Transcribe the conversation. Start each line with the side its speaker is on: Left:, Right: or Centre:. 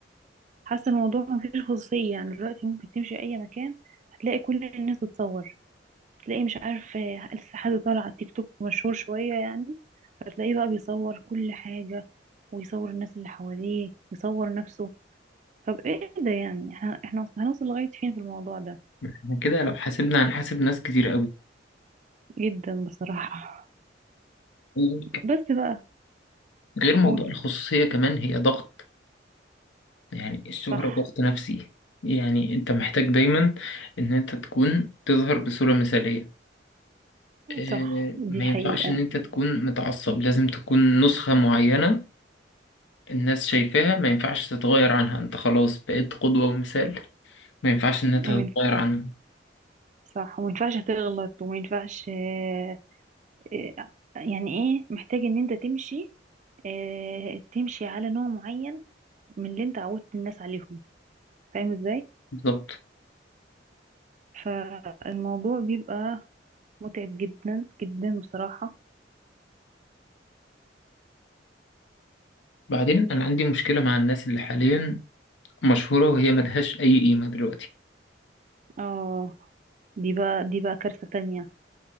Right: حاسة الموضوع ما فيش خصوصية يعني دلوقتي ممكن تمشي اي مكان هتلاقي كل الناس بتصور تلاقي مش عارف آه، لسه حد طالع على التيك توك مشهور شوية يعني فتلاقيه بقى بيصور كل حاجة ويصور الناس اللي حواليه ويصور نفسه طب ايه ده يعني احنا احنا هنوصل لغاية فين في الموضوع ده
Left: احنا كده لو حاسبنا هنحاسب ناس كتير
Right: جدا بصراحة
Left: قوي
Right: بس بقى
Left: غير موضوع
Right: قول
Left: الخصوصية كمان هي ضغط يعني الشهرة
Right: صح
Left: ضغط نفسي يعني انت محتاج دايما ان انت تكون تظهر بصورة مثالية اه
Right: صح دي
Left: ما
Right: حقيقة
Left: ينفعش ان انت تكون متعصب لازم تكون نسخة معينة الناس شايفاها ما ينفعش تتغير عنها انت خلاص بقيت قدوة ومثال ما ينفعش ان انت
Right: ومن
Left: تتغير عنها
Right: صح وما ينفعش تغلط وما ينفعش آه، آه، يعني ايه محتاج ان انت تمشي آه، تمشي على نوع معين من اللي انت عودت الناس عليهم فاهم ازاي
Left: بالظبط
Right: فالموضوع بيبقى متعب جدا جدا بصراحة
Left: بعدين انا عندي مشكلة مع الناس اللي حاليا مشهورة وهي ملهاش اي قيمة دلوقتي
Right: اه دي بقى دي بقى كارثة تانية